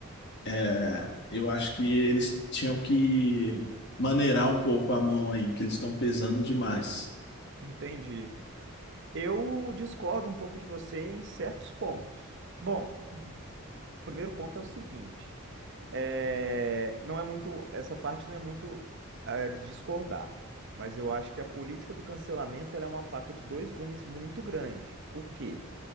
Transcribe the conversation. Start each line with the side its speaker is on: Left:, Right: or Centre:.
Left: é, eu acho que eles tinham que maneirar um pouco a mão aí, que eles estão pesando demais.
Right: entendi. Eu discordo um pouco de você em certos pontos. Bom, o primeiro ponto é o seguinte. É, não é muito, essa parte não é muito é, de discordar, mas eu acho que a política do cancelamento ela é uma faca de dois gumes muito grande. Por quê?